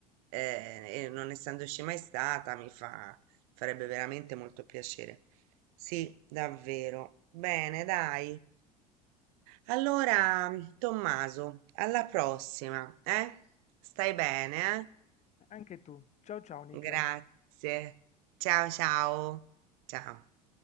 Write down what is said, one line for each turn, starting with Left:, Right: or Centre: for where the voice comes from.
Right: eh, e non essendoci mai stata mi fa, farebbe veramente molto piacere. Sì, davvero. Bene, dai. Allora, Tommaso, alla prossima, eh? Stai bene, eh?
Left: Anche tu. Ciao, ciao, Nicla.
Right: Grazie. Ciao ciao. Ciao.